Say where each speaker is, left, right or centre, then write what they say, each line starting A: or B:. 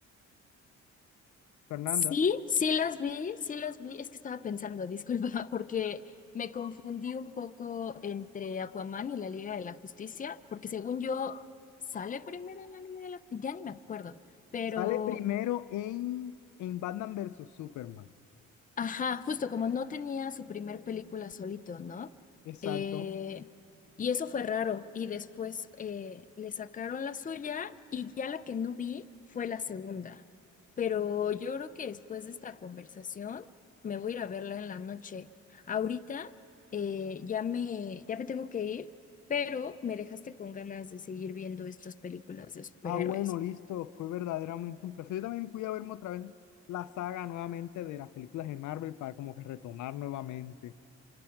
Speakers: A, on the left; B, on the left.
A: Fernanda.
B: Sí, sí las vi, sí las vi. Es que estaba pensando, disculpa, <laughs> porque me confundí un poco entre Aquaman y la Liga de la Justicia, porque según yo, sale primero la Liga de la... Ya ni me acuerdo, pero
A: Sale primero en, en Batman versus Superman.
B: Ajá, justo como no tenía su primer película solito, ¿no?
A: Exacto.
B: Eh, y eso fue raro. Y después eh, le sacaron la suya y ya la que no vi fue la segunda. Pero yo creo que después de esta conversación me voy a ir a verla en la noche. Ahorita eh, ya me, ya me tengo que ir, pero me dejaste con ganas de seguir viendo estas películas de superhéroes.
A: Ah, bueno, listo, fue verdaderamente un placer. Yo también fui a verme otra vez la saga nuevamente de las películas de Marvel para como que retomar nuevamente.